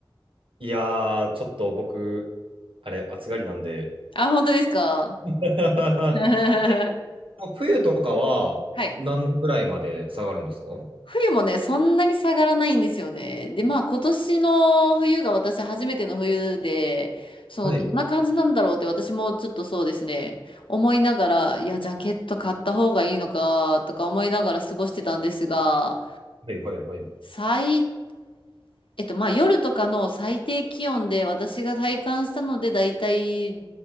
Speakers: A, on the right (about 80°); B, on the left (about 75°).
A: いやー、ちょっと僕、あれ、暑がりなんで、
B: あ、本当ですか
A: <laughs>
B: <laughs> は
A: 冬とかは何度ぐらいまで下がるんですか
B: い。冬もね、そんなに下がらないんですよね。で、まあ今年の冬が私初めての冬で、その、
A: はい。
B: どんな感じなんだろうって私もちょっとそうですね、思いながら、いや、ジャケット買った方がいいのかとか思いながら過ごしてたんですが、
A: はいはいはい。
B: 最えっと、まあ夜とかの最低気温で私が体感したのでだいたい、